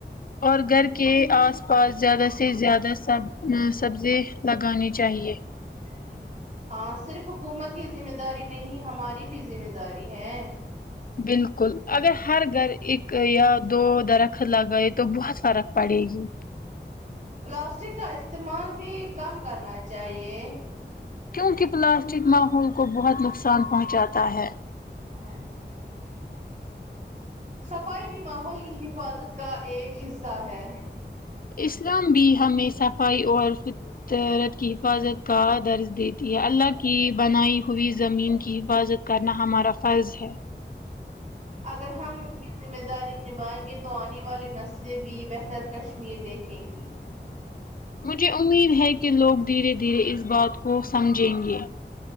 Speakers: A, on the left; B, on the right.
A: اور گھر کے اس پاس زیادہ سے زیادہ سب سبزی لگانی چاہیے
B: <unintelligible> ہاں صرف حکومت کی ذمہ داری نہیں ہماری بھی ذمہ داری ہے
A: بالکل اگر ہر گھر ایک یا دو درخت تو لگایئ تو بہت فرق پڑے گی
B: پلاسٹک کا استعمال بھی کم کرنا چاہیے
A: کیوںکہ پلاسٹک مرحوم کو بہت نقصان پہنچاتا ہے
B: <inaudible> صفائی بھی ماحول کی حفاظت کا ایک حصہ ہے
A: اسلام بھی ہمیں صفائی اور فطرت کی حفاظت کا درج دیتی ہے اللہ کی کی بنائی ہوئی زمین کی حفاظت کرنا ہمارا فرض ہے
B: اگر ہم ذمہ داری نبھائیں گے تو آنے والی نسلیں بھی بہتر کشمیر دیکھیں گی
A: مجھے امید ہے کہ لوگ دھیرے دھیرے اس بات کو
B: بات
A: سمجھیں گے
B: کو